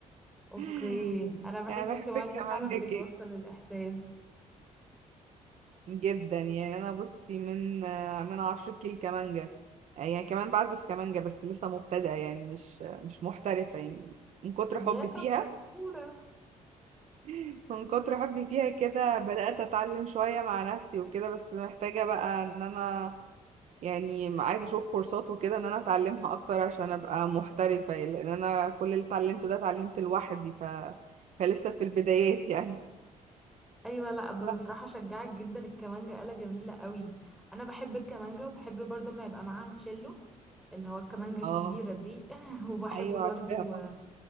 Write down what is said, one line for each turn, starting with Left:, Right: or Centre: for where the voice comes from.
Centre: اوكي
Right: <laughs>
Centre: انا بحس
Right: انا
Centre: الكمانجة
Right: بحب الكمانجا
Centre: فعلا بتوصل الإحساس
Right: جدا يعني انا بصي من آه، من عشرة كيل كمانجا يعني كمان بعزف كمانجا بس لسه مبتدئة يعني مش مش محترفة يعني من كتر
Centre: يا
Right: حبي فيها
Centre: طب شطورة
Right: <laughs> من كتر حبي فيها كده بدأت أتعلم شوية مع نفسي وكده بس محتاجة بقى إن أنا يعني عايزة أشوف كورسات وكده إن أنا أتعلمها أكتر عشان أبقى محترفة يعني، لأن أنا كل اللي اتعلمته ده اتعلمت لوحدي ف... فلسه في البدايات يعني
Centre: ايوه لا بصراحة
Right: <laughs>
Centre: شجعك جدا الكمانجة آلة جميلة قوي انا بحب الكمانجة وبحب برضه ما يبقى معاها تشيلو اللي هو الكمانجة الكبيرة
Right: اه
Centre: دي <laughs> وبحب
Right: ايوه
Centre: برضو
Right: عارفاها طبعا